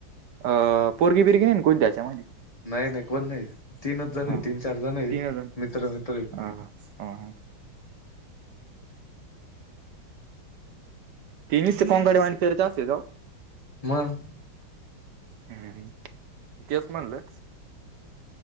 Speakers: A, on the right (about 65°); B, on the left (about 20°).
A: अ पोरगी बिरगी नाही कोण? त्याच्यामध्ये.
B: नाही नाही कोण नाही. तीनच जण
A: हा
B: आहे, तीन, चार जण आहेत.
A: तीन जण
B: मित्र-मित्र.
A: ह ती निसती कोंकड्यावाणी करत असती राव.
B: मग.
A: हम तेच म्हणलं.